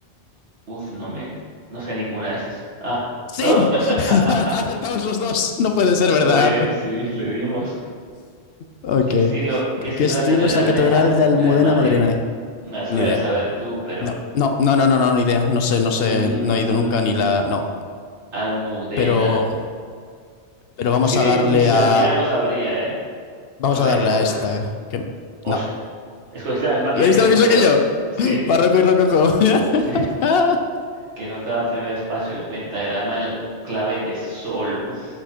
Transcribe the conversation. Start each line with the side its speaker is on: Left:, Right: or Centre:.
Right: uf, no men. No sé ninguna de estas. Ah.
Left: Sí,
Right: <laughs>
Left: <laughs> acertamos los dos. No puede ser verdad.
Right: Todo bien, sí, le dimos.
Left: Ok.
Right: ¿Qué
Left: ¿De
Right: estilo, qué estilo
Left: qué estilo
Right: es la Catedral
Left: es la Catedral
Right: de Almunia
Left: de Almudena
Right: de Madrid?
Left: Madrileña?
Right: Ah, Esa
Left: Ni
Right: la
Left: idea.
Right: debes saber tú, pero.
Left: No, no, no, no, no, no, ni idea. No sé, no sé,
Right: mm,
Left: no he ido nunca ni la. No.
Right: Almudena.
Left: Pero, pero vamos
Right: Es que ni,
Left: a darle
Right: ni si
Left: a.
Right: la viera lo sabría, ¿eh?
Left: Vamos
Right: Pero
Left: a
Right: váyame
Left: darle
Right: con
Left: a
Right: una.
Left: esta. Que...
Right: Uf.
Left: No.
Right: Escogiste la misma que
Left: ¿Le
Right: yo,
Left: diste
Right: que es
Left: lo
Right: lo
Left: mismo
Right: peor.
Left: que yo?
Right: Sí,
Left: Barroco y rococó. <laughs>
Right: sí. Que nota primer espacio del pentagrama en clave de sol. Uf,